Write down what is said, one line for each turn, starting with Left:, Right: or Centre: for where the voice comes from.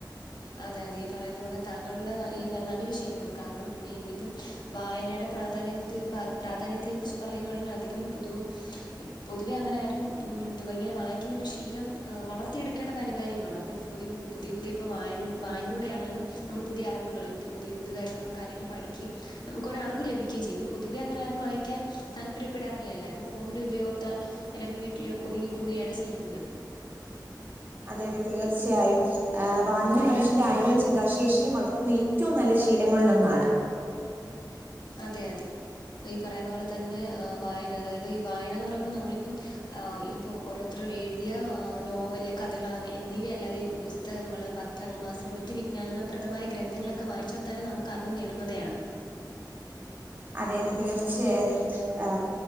Left: അതെ അതെ ഈ പറയുന്നപോലെ താങ്കളുടെ ഈ നല്ലൊരു ശീലമാണ് കാരണം ഇന്നിപ്പം വായനയുടെ പ്രാധാന്യ കുത്ത് പ പ്രാധാന്യത്തെ കുറിച്ച് പറയുആണെങ്കിൽ അധികം പൊതു പൊതുവെ അങ്ങനെ ആരും എന്തുവ ഇങ്ങനെ വായിക്കുന്നൊരു ശീലം വളർത്തിയെടുക്കേണ്ടത് അനിവാര്യമാണ് അപ്പൊ പുതിവും പുതിയ പുതിയ ഇപ്പം വായനും വായിന്റുടെയാണല്ലോ നമ്മള് പുതിയ അറിവുകൾ ഇപ്പ പുതിയ പുതിയതായിട്ട് ഓരോ കാര്യങ്ങൾ പഠിക്കേം നമുക്കൊരറിവ് ലഭിക്കേം ചെയ്യും ഇപ്പ പൊതുവെ അങ്ങനാരും വായിക്കാൻ താൽപര്യപെടാറില്ലല്ലാ എല്ലാവരും ഫോണിന്റെ ഉപയോഗത്താൽ എല്ലാരും വീട്ടില് ഒതുങ്ങിക്കൂടുകയാണ് ചെയ്യുന്നത്
Right: അതെ അതെ തീർച്ചയായും വായന മനുഷ്യന്റെ അറിവും ചിന്താശേഷിയും വളർത്തുന്ന ഈ ഏറ്റോം നല്ല ശീലങ്ങളിലൊന്നാണ്
Left: അതെ അതെ ഈ പറയുന്ന പോലെ തന്നെ വായന അതായത് ഈ വായന എന്ന് പറയുമ്പോൾ നമ്മളിപ്പം ഇ ഇപ്പം ഓരോത്തരും എഴുതിയ നോവല് കഥകൾ എന്നിവയല്ലാതെ പുസ്തകങ്ങള് പ ത്രങ്ങളും മാസികളും മറ്റി വിജ്ഞാനപ്രദമായ ഗ്രന്ഥങ്ങളൊക്കെ വായിച്ചാൽ തന്നെ നമുക്ക് അറിവ് നേടുന്നതെയാണ്
Right: അതെ അതെ തീർച്ചയായും ആ്